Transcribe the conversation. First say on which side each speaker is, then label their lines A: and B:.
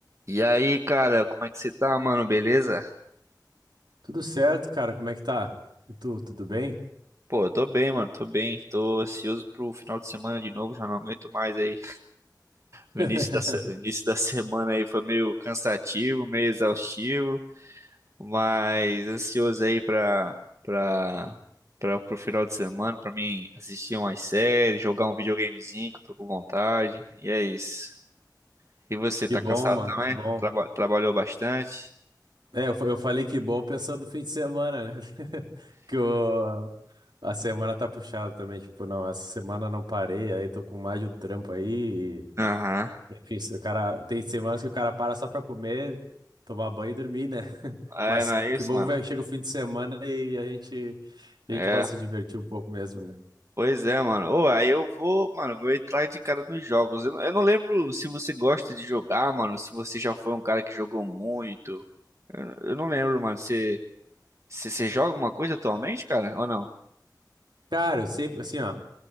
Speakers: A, on the right; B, on the right.
A: E aí, cara, como é que você tá, mano? Beleza?
B: Tudo certo, cara? Como é que tá? E tu, tudo bem?
A: Pô, eu tô bem, mano, tô bem. Tô ansioso pro final de semana de novo, já não aguento mais aí. O
B: <laughs>
A: início da, se- o início da semana aí foi meio cansativo, meio exaustivo, mas ansioso aí pra, pra, pra, pro final de semana, pra mim assistir umas séries, jogar um videogamezinho que eu tô com vontade. E é isso. E você, tá
B: Que bom,
A: cansado
B: mano,
A: também?
B: que bom.
A: Traba- trabalhou bastante?
B: É, eu, fa- eu falei que bom pensando no fim de semana, né? <laughs> Porque o- a semana tá puxada também. Tipo, não, essa semana não parei, aí tô com mais de um trampo aí. e-
A: Aham.
B: enfim, se o cara, tem semanas que o cara para só pra comer, tomar banho e dormir, né? <laughs>
A: É,
B: Mas
A: não é
B: que
A: isso,
B: bom
A: mano?
B: que vai- chega o fim de semana e a gente, a
A: É.
B: gente pode se divertir um pouco mesmo, né?
A: Pois é, mano. Ô, aí eu vou, mano, vou entrar de cara nos jogos. Eu, não eu não lembro se você gosta de jogar, mano, se você já foi um cara que jogou muito. Eu eu não lembro, mano. Você, você, você joga alguma coisa atualmente, cara? Ou não?
B: Cara, eu sempre, assim, ó.